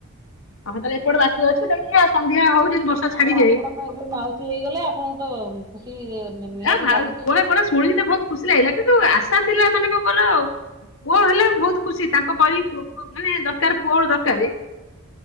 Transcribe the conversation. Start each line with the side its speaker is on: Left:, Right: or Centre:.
Left: ହଁ ତାହେଲେ ଏପଟେ ବାକି ଅଛି, ଦେଖିଆ ସନ୍ଧ୍ୟା ହଉ ଯଦି ବର୍ଷା ଛାଡିଯାଏ
Right: ଆଉ ଆପଣ ତ ଏବେ ମାଉସୀ ହେଇଗଲେ, ଆପଣଙ୍କୁ ତ ଖୁସି ନିହାତି
Left: ଆ
Right: ଲାଗୁଥିବ।
Left: <unintelligible> ଶୁଣିକି ତ ବହୁତ୍ ଖୁସି ଲାଗିଲା କିନ୍ତୁ ଆଶା ଥିଲା ମାନେ କଣ କଇଲ ପୁଅ ହେଲା ବହୁତ୍ ଖୁସି ତାଙ୍କ <unintelligible> ମାନେ ଦରକାର୍ ପୁଅ ଦରକାରେ।